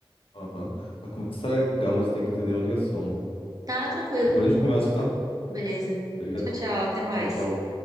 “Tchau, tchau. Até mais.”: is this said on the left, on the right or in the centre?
Right